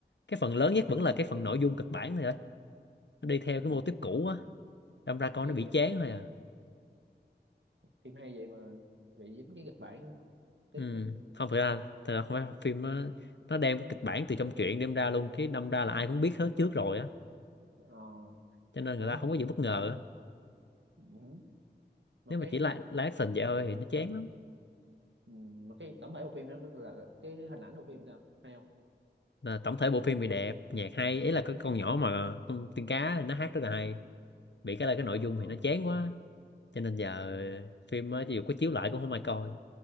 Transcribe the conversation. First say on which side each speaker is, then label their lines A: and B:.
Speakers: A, on the left; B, on the right.
A: cái phần lớn
B: ờ.
A: nhất vẫn là cái phần nội dung kịch bản thôi nó đi theo
B: Ừ,
A: cái mô típ cũ á đâm ra coi
B: tiếc
A: nó bị
B: vậy
A: chán thôi à
B: phim hay vậy mà bị dính cái kịch bản tiếc
A: ừ.
B: chứ
A: không thực ra thực ra không phải phim nó, nó đem cái kịch bản từ trong truyện đem ra luôn cái đâm ra là ai cũng biết hết trước rồi á
B: ờ
A: cho nên người
B: ủa
A: ta không có gì bất ngờ á
B: ừ. một
A: nếu mà
B: cái
A: chỉ là, là action vậy thôi thì nó chán lắm
B: ừ, một cái tổng thể bộ phim đó tức là là cái hình ảnh bộ phim sao hay không
A: là tổng thể bộ phim thì đẹp nhạc hay ý là cái con nhỏ mà con tiên cá thì nó hát rất là hay bị cái là cái
B: ờ
A: nội dung
B: hả.
A: thì nó chán quá cho nên giờ phim ờ, dù có chiếu lại cũng không ai coi